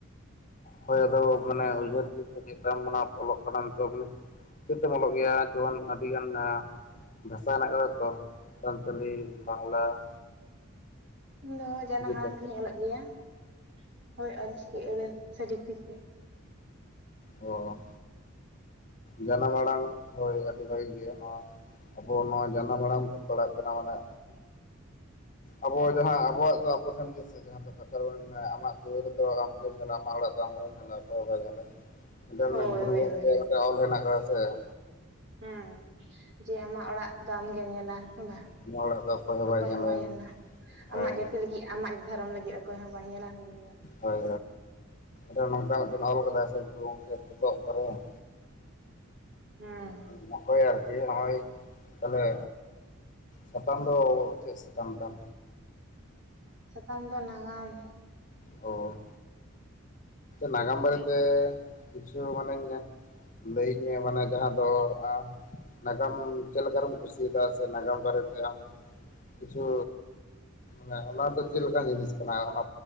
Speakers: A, on the left (about 35°); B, on the right (about 55°).
A: ᱦᱳᱭ ᱟᱫᱚ ᱢᱟᱱᱮ ᱩᱭᱦᱟᱹᱨ ᱪᱤᱱᱛᱟᱹ ᱪᱮᱫ ᱛᱟᱢ ᱚᱞᱚᱜ ᱠᱟᱱᱟᱢ ᱛᱚ ᱢᱟᱱᱮ ᱪᱮᱛ ᱛᱮᱢ ᱚᱞᱚᱜ ᱜᱮᱭᱟ ᱡᱮᱢᱚᱱ ᱟᱹᱰᱤᱜᱟᱱ ᱵᱷᱟᱥᱟ ᱦᱮᱱᱟᱜ ᱟᱠᱟᱫᱟ ᱛᱚ ᱥᱟᱱᱛᱟᱞᱤ ᱵᱟᱝᱞᱟ ᱾
B: ᱤᱧ ᱫᱚ ᱡᱟᱱᱟᱢ ᱟᱲᱟᱝ
A: ᱛᱮ
B: ᱛᱤᱧ ᱚᱞᱚᱜ ᱜᱮᱭᱟ ᱾ ᱦᱳᱭ ᱚᱞ ᱪᱤᱠᱤ ᱟᱹᱲᱟᱹ ᱥᱮ ᱞᱤᱯᱤ ᱜᱮ ᱾
A: ᱚ ᱡᱟᱱᱟᱢ ᱟᱲᱟᱝ ᱦᱳᱭ ᱟᱹᱰᱤ ᱵᱷᱟᱹᱜᱤ ᱜᱮᱭᱟ ᱱᱚᱣᱟ ᱟᱵᱚ ᱱᱚᱣᱟ ᱡᱟᱱᱟᱢ ᱟᱲᱟᱝ ᱯᱮ ᱯᱟᱲᱟᱜ ᱠᱟᱱᱟ ᱢᱟᱱᱮ ᱟᱵᱚ ᱡᱟᱦᱟᱸ ᱟᱵᱚᱣᱟᱜ ᱫᱚ ᱟᱵᱚ ᱴᱷᱮᱱ ᱜᱮᱥᱮ ᱡᱟᱦᱟᱸ ᱫᱚ ᱠᱟᱛᱷᱟ ᱨᱮᱠᱟᱝ ᱟᱢᱟᱜ ᱫᱩᱣᱟᱹᱨ ᱫᱚ ᱟᱢ ᱜᱮᱢ ᱧᱮᱞᱟ ᱟᱢᱟᱜ ᱚᱲᱟᱜ ᱫᱚ ᱟᱢ ᱜᱮᱢ ᱧᱮᱞᱟ ᱚᱠᱚᱭ ᱦᱚ ᱵᱟᱭ ᱧᱮᱞᱟ ᱾ ᱚᱱᱮ
B: ᱦᱳᱭ
A: ᱚᱱᱟ ᱜᱩᱨᱩ
B: ᱦᱳᱭ ᱦᱳᱭ
A: ᱜᱚᱢᱠᱮ
B: ᱦᱳᱭ
A: <inaudible> ᱚᱞ ᱦᱮᱱᱟᱜ ᱟᱠᱟᱫᱟ ᱥᱮ ᱾
B: ᱦᱮᱸ ᱡᱮ ᱟᱢᱟᱜ ᱚᱲᱟᱜ ᱫᱚ ᱟᱢ ᱜᱮᱢ ᱧᱮᱞᱟ ᱦᱮ ᱵᱟᱝ?
A: ᱚᱱᱟ ᱚᱲᱟᱜ ᱫᱚ
B: ᱚᱠᱚᱭ
A: ᱧᱮᱞᱟᱭ
B: ᱦᱚᱸ ᱵᱟᱭ ᱧᱮᱞᱟ
A: ᱦᱳᱭ
B: ᱟᱢᱟᱜ ᱡᱟᱹᱛᱤ ᱞᱟᱹᱜᱤᱫ ᱟᱢᱟᱜ ᱫᱷᱚᱨᱚᱢ ᱞᱟᱹᱜᱤᱫ ᱚᱠᱚᱭ ᱦᱚᱸ ᱵᱟᱭ ᱧᱮᱞᱟ ᱟᱢ ᱜᱮᱢ ᱧᱮᱞᱟ ᱾
A: ᱦᱳᱭ ᱦᱳᱭ ᱱᱚᱝᱠᱟ ᱢᱤᱫᱴᱟᱝ ᱚᱞ ᱠᱟᱫᱟᱭ ᱥᱮ ᱜᱩᱨᱩ ᱜᱚᱝᱠᱮ ᱯᱚᱛᱚᱵ ᱠᱚᱨᱮ ᱾
B: ᱦᱮᱸ
A: ᱱᱚᱜᱼᱚᱭ ᱟᱨᱠᱤ ᱱᱚᱜᱼᱚᱭ ᱛᱟᱦᱚᱞᱮ ᱥᱟᱛᱟᱢ ᱫᱚ ᱪᱮᱫ ᱥᱟᱛᱟᱢ ᱛᱟᱢ?
B: ᱥᱟᱛᱟᱢ ᱫᱚ ᱱᱟᱜᱟᱢ ᱾
A: ᱚ ᱱᱟᱜᱟᱢ ᱵᱟᱨᱮᱛᱮ ᱠᱤᱪᱷᱩ ᱢᱟᱱᱮᱧ ᱞᱟᱹᱭᱟᱹᱧ ᱢᱮ ᱢᱟᱱᱮ ᱡᱟᱦᱟᱸ ᱫᱚ ᱟᱸ ᱱᱟᱜᱟᱢ ᱪᱮᱫ ᱞᱮᱠᱟᱨᱮᱢ ᱠᱩᱥᱤᱭᱟᱫᱟ ᱥᱮ ᱱᱟᱜᱟᱢ ᱵᱟᱨᱮᱛᱮ ᱟᱢ ᱠᱤᱪᱷᱩ ᱢᱟᱱᱮ ᱚᱱᱟ ᱫᱚ ᱪᱮᱫ ᱞᱮᱠᱟᱱ ᱡᱤᱱᱤᱥ ᱠᱟᱱᱟ ᱚᱱᱟ